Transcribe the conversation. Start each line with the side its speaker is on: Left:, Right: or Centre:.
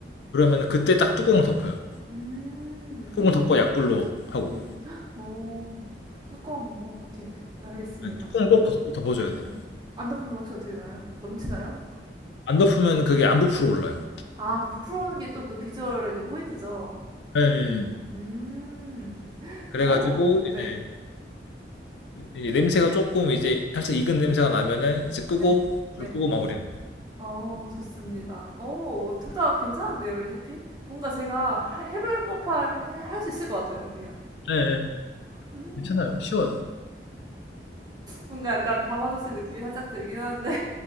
Left: 그러면 그때 딱 뚜껑을 덮어요.
Right: 음,
Left: 통을 덮고 약불로 하고
Right: 음. 헉, 오, 뚜껑. 오, 오케이, 오케이. 알겠습니다.
Left: 네, 껑을 꼭 덮- 고 덮어줘야
Right: 음.
Left: 돼요.
Right: 안 덮으면 혹시 어떻게 되나요? 넘치나요?
Left: 안 덮으면 그게 안 부풀어 올라요.
Right: 아, 그 부풀어오는 게 또 그 비주얼의 그 포인트죠.
Left: 예, 예.
Right: 음,
Left: 그래가지고
Right: 오, 네,
Left: 이제, 이제 냄새가 조금 이제 살짝 익은 냄새가 나면은 이제 끄고
Right: 네, 네.
Left: 불 끄고 마무리하면 돼요.
Right: 어, 좋습니다. 오, 둘 다 괜찮은데요, 레시피? 뭔가 제가 하- 해볼 법할, 할 수 있을 것 같아요, 그냥.
Left: 네,
Right: 음.
Left: 괜찮아요. 쉬워요.
Right: 뭔가 약간 밤아저씨 느낌이 살짝 들긴 하는데